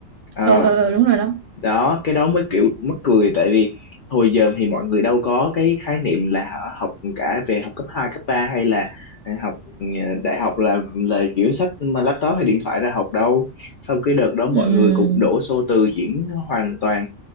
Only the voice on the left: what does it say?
Ờ
đó cái đó mới kiểu mắc cười tại vì hồi giờ thì mọi người đâu có cái khái niệm là hả, học cả về học cấp 2 cấp 3 hay là ờ, học ờ, đại học là là kiểu sách mà laptop hay điện thoại ra học đâu sau cái đợt đó
mọi người cũng đổ xô từ chuyển hoàn toàn